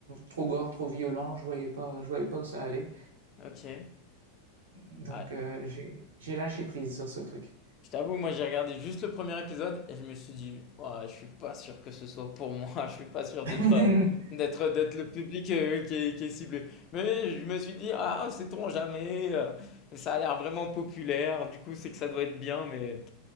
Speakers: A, on the right; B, on the left.
A: Trop gore, trop violent, je voyais pas, je voyais pas où ça allait.
B: Ok.
A: Donc,
B: Ah,
A: euh, j'ai j'ai lâché prise sur ce truc.
B: je t'avoue, moi j'ai regardé juste le premier épisode et je me suis dit, Ouah, je suis pas sûr que ce soit pour moi, <laughs> je suis pas sûr
A: <laughs>
B: d'être euh, d'être d'être le public euh, qui est, qui est ciblé. Mais je me suis dit, ah, sait-on jamais, euh, ça a l'air vraiment populaire, du coup c'est que ça doit être bien, mais